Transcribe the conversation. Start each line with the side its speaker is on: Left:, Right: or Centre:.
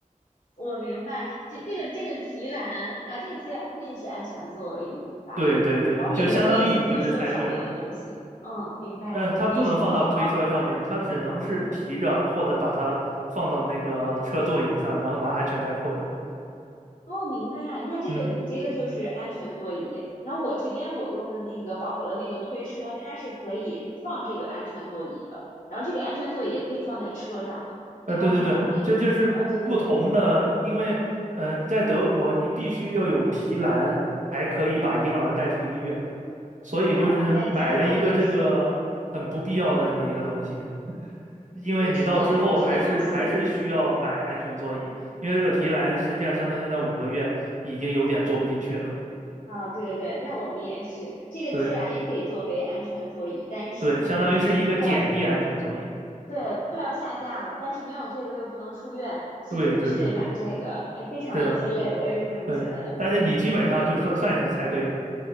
Left: 我明白，这这个这个提篮啊，这个提篮可以是安全座椅吧？
Right: 对对对，
Left: 然后也也可以是推车上面的东西。
Right: 就相当于你就是猜对了。
Left: 嗯，明白。
Right: 呃，它不能放到推车上面，
Left: 你一说宝宝，
Right: 它只能是提着或者把它放到那个车座椅上，然后拿安全带扣着。
Left: 哦，明白。那这个你这个就是安全座椅，
Right: 嗯，
Left: 然后我这边我用的那个宝宝的那个推车，它是可以放这个安全座椅的，然后这个安全座椅也可以放在车上的，
Right: 呃，
Left: 就还蛮方便的。
Right: 对对对，这就是不同的，
Left: 哎，对对对，
Right: 因为嗯，你在德国，你必须要有提篮才可以把婴儿带出医院，所以就是买了一个这个很不必要的这么一个东西。
Left: 哦，在加拿大也是，
Right: 因为你到之后还是还是需要买安全座椅，
Left: 但这个这个东西
Right: 因为这个提篮实际上像它现在五个月已经有点坐不进去了。
Left: 啊，对对对，那我们也是，这个提篮也可以作为安全座椅，
Right: 对
Left: 但是可能就是快要
Right: 对，相当于是一个简易安全座椅。
Left: 对快要下架了，但是没有这个又不能出院，所以说必须得买这个，
Right: 对对对，
Left: 哎，非常的鸡肋，
Right: 是的，
Left: 我也是这么觉得的。
Right: 对。但是你基本上就算算是猜对了。
Left: 嗯